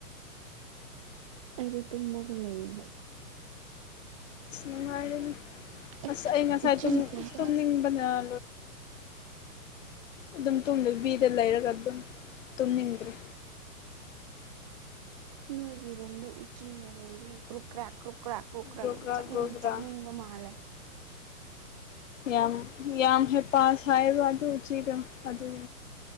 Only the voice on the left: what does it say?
ꯑꯁ ꯅꯨꯡꯉꯥꯏꯔꯤ
ꯑꯁ ꯑꯩ ꯉꯁꯥꯏ
ꯇꯨꯝꯅꯤꯡꯕꯅ ꯍ ꯑꯗꯨꯝ ꯇꯨꯡꯗ ꯕꯤꯗ ꯂꯩꯔꯒ ꯑꯗꯨꯝ ꯇꯨꯝꯅꯤꯡꯗ꯭ꯔꯦ
ꯒ꯭ꯔꯣꯒ꯭ꯔꯥ
ꯒ꯭ꯔꯣꯒ꯭ꯔꯥ
ꯌꯥꯝ ꯌꯥꯝ ꯍ ꯄꯥꯁ ꯍꯥꯏꯕ ꯑꯗꯨ ꯎꯆꯤꯒ ꯑꯗꯨ